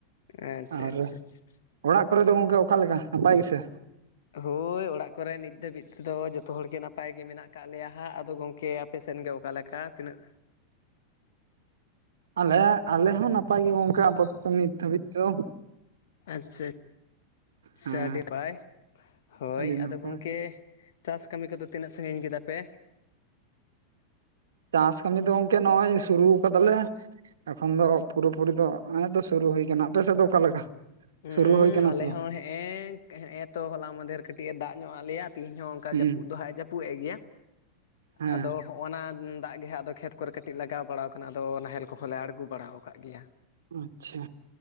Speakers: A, on the left (about 60°); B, on the right (about 65°).
A: ᱟᱪᱷᱟ
B: ᱟᱨ
A: ᱟᱪᱷᱟ ᱟᱪᱷᱟ
B: ᱚᱲᱟᱜ ᱠᱚᱨᱮ ᱫᱚ ᱜᱚᱝᱠᱮ ᱚᱠᱟ ᱞᱮᱠᱟ ᱱᱟᱯᱟᱭ ᱜᱮᱥᱮ?
A: ᱦᱳᱭ ᱚᱲᱟᱜ ᱠᱚᱨᱮ ᱱᱤᱛ ᱫᱷᱟᱹᱵᱤᱡ ᱛᱮᱫᱚ ᱡᱚᱛᱚ ᱦᱚᱲ ᱜᱮ ᱱᱟᱯᱟᱭ ᱜᱮ ᱢᱮᱱᱟᱜ ᱟᱠᱟᱫ ᱞᱮᱭᱟ ᱦᱟᱸᱜ ᱟᱫᱚ ᱜᱚᱝ ᱠᱮ ᱟᱯᱮ ᱥᱮᱱ ᱜᱮ ᱚᱠᱟ ᱞᱮᱠᱟ ᱛᱤᱱᱟᱹᱜ
B: ᱟᱞᱮ ᱟᱞᱮ ᱦᱚᱸ ᱱᱟᱯᱟᱭ ᱜᱮ ᱜᱚᱝᱠᱮ ᱟᱯᱟᱛᱚᱛᱚ ᱱᱤᱛ ᱫᱷᱟᱹᱵᱤᱡ ᱛᱮᱫᱚ
A: ᱟᱪᱷᱟ
B: ᱦᱮᱸ
A: <unintelligible> ᱦᱳᱭ
B: ᱟᱹᱰᱤ
A: ᱟᱫᱚ
B: ᱱᱟᱯᱟᱭ
A: ᱜᱚᱝᱠᱮ ᱪᱟᱥ ᱠᱟᱹᱢᱤ ᱠᱚᱫᱚ ᱛᱤᱱᱟᱹᱜ ᱥᱟᱺᱜᱤᱧ ᱠᱮᱫᱟ ᱯᱮ?
B: ᱪᱟᱥ ᱠᱟᱹᱢᱤ ᱫᱚ ᱜᱚᱝᱠᱮ ᱱᱚᱜᱼᱚᱭ ᱥᱩᱨᱩ ᱠᱟᱫᱟ ᱞᱮ ᱮᱠᱷᱚᱱ ᱫᱚ ᱯᱩᱨᱟᱹᱯᱩᱨᱤ ᱫᱚ ᱱᱚᱜ-ᱚᱭ ᱥᱩᱨᱩ ᱦᱩᱭ ᱠᱟᱱᱟ ᱟᱯᱮ ᱥᱮᱫ ᱫᱚ ᱚᱠᱟ ᱞᱮᱠᱟ?
A: ᱩᱸ
B: ᱥᱩᱨᱩ ᱦᱩᱭ ᱠᱟᱱᱟ
A: ᱟᱞᱮ
B: ᱥᱮ ᱵᱟᱝ
A: ᱦᱚᱸ ᱦᱮᱸᱜ-ᱮ ᱦᱮᱸᱜ-ᱮ ᱛᱚ ᱦᱚᱞᱟ ᱢᱟᱫᱷᱮᱨ ᱠᱟᱹᱴᱤᱡ ᱮ ᱫᱟᱜ ᱧᱚᱜ ᱟᱜ ᱞᱮᱭᱟ ᱛᱤᱦᱤᱧ ᱦᱚᱸ ᱠᱟ
B: ᱦᱩᱸ
A: ᱡᱟᱹᱯᱩᱫ ᱫᱚ ᱦᱟᱸᱜ ᱮ ᱡᱟᱹᱯᱩᱫ ᱮᱫ ᱜᱮᱭᱟ
B: ᱦᱮᱸ
A: ᱟᱫᱚ ᱦᱚᱜᱚᱱᱟ ᱫᱟᱜ ᱜᱮ ᱦᱟᱸᱜ ᱟᱫᱚ ᱠᱷᱮᱛ ᱠᱚᱨᱮ ᱠᱟᱹᱴᱤᱡ ᱞᱟᱜᱟᱣ ᱵᱟᱲᱟᱣ ᱠᱟᱱᱟ ᱟᱫᱚ ᱱᱟᱦᱮᱞ ᱠᱚᱦᱚᱸ ᱞᱮ ᱟᱬᱜᱚ ᱵᱟᱲᱟᱣ ᱠᱟᱜ ᱜᱮᱭᱟ
B: ᱟᱪᱪᱷᱟ